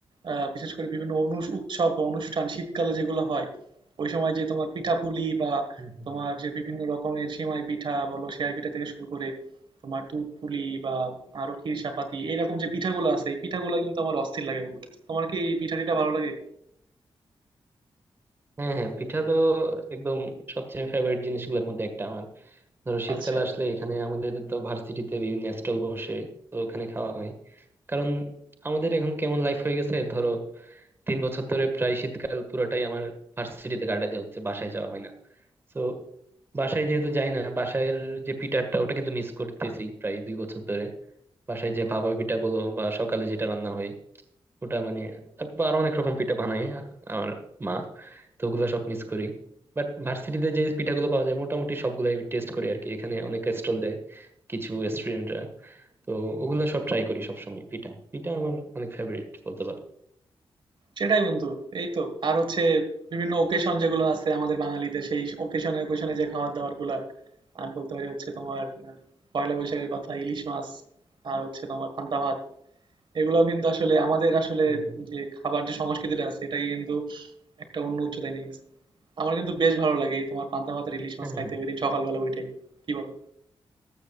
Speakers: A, on the right; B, on the right.
A: আহ, বিশেষ করে বিভিন্ন অনু- উৎসব বা অনুষ্ঠান শীতকালে যেগুলো হয় ওই সময় যে তোমার পিঠাপুলি বা
B: হুম, হুম।
A: তোমার যে বিভিন্ন রকমের সেমাই পিঠা বলো সেমাই পিঠা থেকে শুরু করে তোমার দুধ পুলি বা আরো ক্ষীরসাপাতি এরকম যে পিঠাগুলো আছে এই পিঠাগুলো কিন্তু আমার অস্থির লাগে বন্ধু তোমার কি এই পিঠা টিঠা ভালো লাগে
B: হ্যাঁ হ্যাঁ পিঠা তো একদম সবচেয়ে ফেভারিট জিনিসগুলোর মধ্যে একটা আমার ধরো শীতকাল
A: আচ্ছা
B: আসলে এখানে আমাদের তো ভার্সিটিতে বিভিন্ন স্টল বসে তো ওখানে খাওয়া হয় কারণ আমাদের এখন কেমন লাইফ হয়ে গেছে ধরো তিন বছর ধরে প্রায় শীতকাল পুরোটাই আমার ভার্সিটিতে কাটাতে হচ্ছে বাসায় যাওয়া হয় না তো বাসায় যেহেতু যাই না বাসায়ের যে পিঠাটা ওটা কিন্তু মিস করতেছি প্রায় দুই বছর ধরে বাসায় যে ভাপা পিঠা বলো বা সকালে যেটা রান্না হয় ওটা মানে তারপর আরো অনেক রকম পিঠা বানায় আমার মা তো ওগুলো সব মিস করি বাট ভার্সিটিতে যে পিঠাগুলো পাওয়া যায় মোটামুটি সবগুলাই টেস্ট করি আর কি এখানে অনেক স্টল দেয় কিছু স্টুডেন্টরা তো ওগুলো সব ট্রাই করি সবসময় পিঠা পিঠা আমার অনেক ফেভারিট বলতে পারো
A: সেটাই বন্ধু এই তো আর হচ্ছে বিভিন্ন ওকেশন যেগুলো আছে আমাদের বাঙালিদের সেই ওকেশনে ওকেশনে যে খাবার দাবার গুলা আমি বলতে পারি হচ্ছে তোমার আহ, পয়লা বৈশাখের কথা ইলিশ মাছ আর হচ্ছে তোমার পান্তা ভাত এগুলো কিন্তু আসলে আমাদের আসলে
B: হম হম
A: যে খাবার যে সংস্কৃতিটা আছে এটাকে কিন্তু একটা অন্য উচ্চতায় নিয়ে গেছে আমার কিন্তু বেশ ভালো লাগে এই তোমার পান্তা ভাত আর ইলিশ মাছ
B: হম
A: খাইতে
B: হম
A: ওইদিন সকালবেলা উঠেই কি বলো